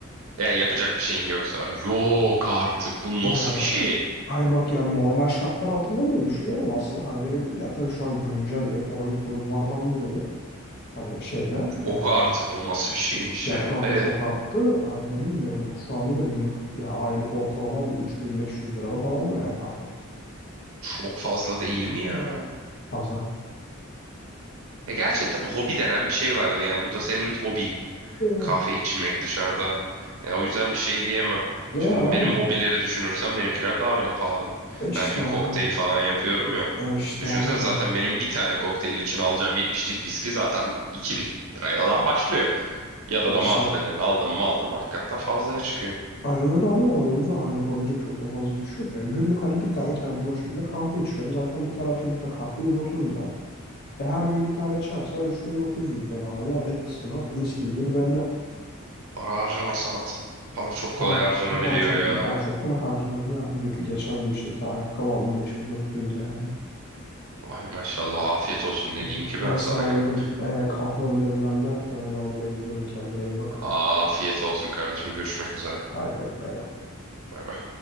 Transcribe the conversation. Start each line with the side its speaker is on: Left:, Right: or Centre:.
Right: Yani yapacak bir şeyin yoksa. Yok artık. Bu
Left: Yani
Right: nasıl bir şey?
Left: Hani bak ya normal şartlar altında bile düşünüyorum aslında. Hani benim ya tabii şu an güncel ekonomik durumlardan dolayı hani şeyde
Right: Yok
Left: eee
Right: artık. O nasıl bir şeymiş
Left: fiyatlar
Right: ya? E,
Left: da çok arttı. Hani ne bileyim benim şu anda da günlük ya aylık ortalamam 3500 lirada falandır ya kahve.
Right: çok fazla değil mi ya?
Left: Fazla.
Right: E gerçi ta- hobi denen bir şey vardı yani. Bu da senin hobin.
Left: Oh.
Right: kahve içmek dışarıda. Ya o yüzden bir şey diyemem.
Left: E
Right: Şimdi
Left: yani abi.
Right: benim hobileri düşünürsem benimkiler daha bile pahalı.
Left: E işte
Right: Ben şimdi
Left: hani.
Right: kokteyl falan yapıyorum ya.
Left: E işte
Right: Düşünsene
Left: abi hani.
Right: zaten benim bir tane kokteyl için alacağım 70'lik viski zaten 2000 liradan başlıyor. Yanına
Left: E işte.
Right: malzemelerini aldın mı aldın hakikaten fazlaya çıkıyor.
Left: Aynen öyle abi yani o yüzden hani yapabilecek çok da fazla bir şey yok ya. Günlük hani bir tane kendim o şekilde kahve içiyorum. Zaten bir tane filtre kahve 130 lira. E her gün bir tane içerse 3 gün 900'den abi etti sana mis gibi bir meblağ.
Right: Para harcama sanatı. Para çok kolay
Left: Para,
Right: harcanabiliyor
Left: para çok
Right: ya.
Left: para çok kolay harcanabiliyor abi. Diyor ki geçen gün işte bir tane ayakkabı aldım 5400 lira yani.
Right: Vay maşallah afiyet olsun ne
Left: Valla.
Right: diyeyim ki
Left: Neyse
Right: ben sana
Left: abi
Right: ya.
Left: benim e, kahvem demlendi. Ben onu almaya gidiyorum. Kendine iyi bak.
Right: Afiyet olsun kardeşim görüşmek üzere.
Left: Bay bay bay bay.
Right: Bay bay.